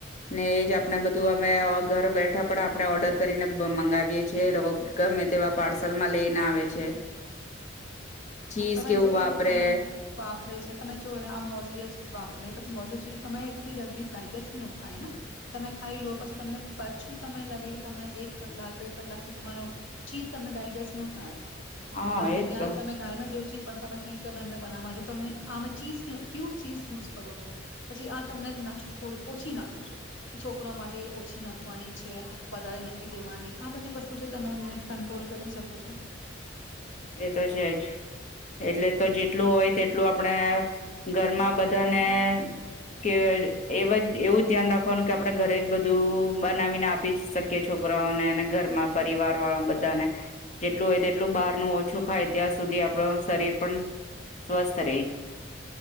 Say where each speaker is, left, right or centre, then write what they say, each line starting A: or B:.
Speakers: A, on the left (about 35°); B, on the left (about 70°).
A: ને એજ આપણે બધું અમે ઘર બેઠા પણ આપણે ઓર્ડર કરીને મંગાવીએ છેીએ, એ લોકો ગમે તેવા પાર્સલ માં લઈને આવે છે. ચીઝ
B: તમે
A: કેવું
B: જોઈ
A: વાપરે
B: લો, તમે વાપરે છે, તમે જો આમ મોઝરીય ચીજ વાપરે, પછી મોઝરી ચીજ તમે જલ્દી ડાયજેસ્ટ બી ન થાયને તમે ખાઈ લો પછી તમને પછું તને લાગે કે તમે એક કલાક ભ લાગશે તમારો, ચીઝ તમને ડાયજેસ્ટ ન થાય
A: હા,
B: બલકી
A: એતો
B: ત્યારે ઘરમાં તમે જો ચી પણ તમે પીઝા ઘરમે બનાવવા છો, તમે આમે ચીઝ ક્યુબ, ચીઝ યુઝ કરો છો પછી આ તમને ના છો થોડી ઓછી નાખો છો, છોકરા માટે ઓછી પછી નાખવાની છે, વધારે નથી દેવાની આ બધી વસ્તુ છે, તમે એમને કંટ્રોલ કરી શકો છો.
A: એતો છેજ. એટલે તો જેટલું હોય તેટલું આપણેે ઘરમાં બધાને કે એ એવું ધ્યાન રાખવાનું કે આપણે ઘરે જ બધું બનાવીને આપી જ શકીએ છોકરાઓને અને ઘરમાં પરિવાર વાળા બધાને. જેટલું હોય તેટલું બહારનું ઓછું ખાય, ત્યાં સુધી આપણું શરીર પણ સ્વસ્થ રે.